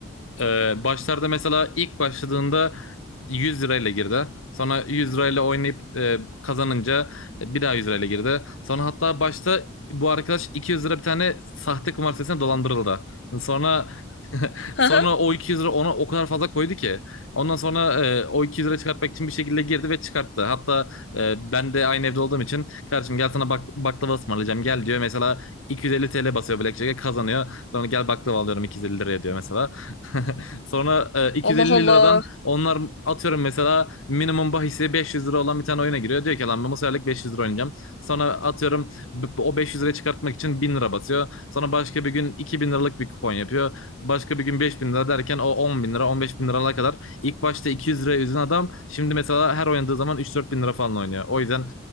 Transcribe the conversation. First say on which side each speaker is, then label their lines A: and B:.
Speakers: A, on the left; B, on the left.
A: Ee, başlarda mesela ilk başladığında 100 lirayla girdi. Sonra 100 lirayla oynayıp e, kazanınca e, bir daha 100 lirayla girdi. Sonra hatta başta bu arkadaş 200 lira bir tane sahte kumar sitesine dolandırıldı. Sonra <laughs> sonra
B: <laughs>
A: o 200 lira ona o kadar fazla koydu ki. Ondan sonra e, o 200 lira çıkartmak için bir şekilde girdi ve çıkarttı. Hatta e, ben de aynı evde olduğum için kardeşim gel sana bak baklava ısmarlayacağım gel diyor. Mesela 250 TL basıyor Blackjack'e kazanıyor. Sonra gel baklava alıyorum 250 liraya diyor mesela. <laughs> Sonra e, 250
B: Allah Allah.
A: liradan onlar atıyorum mesela minimum bahisi 500 lira olan bir tane oyuna giriyor. Diyor ki lan ben bu seferlik 500 lira oynayacağım. Sonra atıyorum b- o 500 lirayı çıkartmak için 1000 lira basıyor. Sonra başka bir gün 2000 liralık bir kupon yapıyor. Başka bir gün 5000 lira derken o 10 bin lira 15 bin liralara kadar İlk başta 200 liraya üzen adam şimdi mesela her oynadığı zaman 3-4 bin lira falan oynuyor. O yüzden